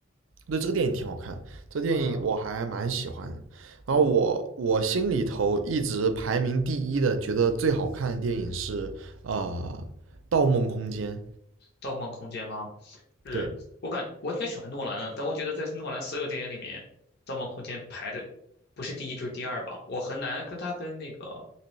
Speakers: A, on the right; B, on the left.
A: 对，这个电影挺好看，这个电影我还蛮喜欢的。
B: 嗯，
A: 然后我我心里头一直排名第一的，
B: 我
A: 觉得最好看的电影是呃《盗梦空间》。
B: 《盗梦空间》吗？是我感我挺喜欢诺兰的，
A: 对，
B: 但我觉得在诺兰所有电影里面，《盗梦空间》排的不是第一就是第二吧。我很难跟他跟那个